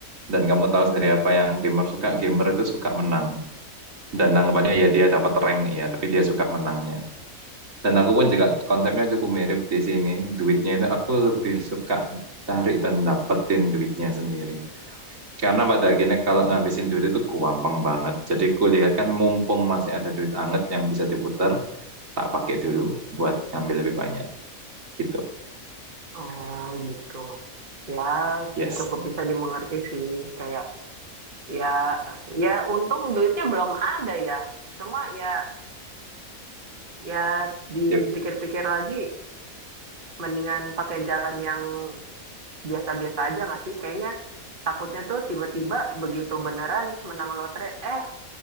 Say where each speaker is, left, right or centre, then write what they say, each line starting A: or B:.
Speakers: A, on the right (about 65°); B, on the right (about 40°).
A: dan kamu tahu sendiri apa yang gamer suka gamer itu suka menang dan anggapannya ya dia dapat rank ya tapi dia suka menangnya Dan aku pun juga konsepnya cukup mirip di sini. Duitnya itu aku lebih suka cari dan dapetin duitnya sendiri. Karena pada akhirnya kalau ngabisin duit itu gampang banget. Jadi kulihat kan mumpung masih ada duit anget yang bisa diputar, tak pakai dulu buat ngambil lebih banyak. Gitu.
B: oh, gitu. Ya
A: Yes.
B: cukup bisa dimengerti sih, kayak ya ya untung duitnya belum ada ya. Cuma ya ya dipikir-pikir
A: Ya.
B: lagi, mendingan pakai jalan yang Biasa-biasa aja nggak sih? Kayaknya takutnya tuh tiba-tiba begitu beneran menang lotre, eh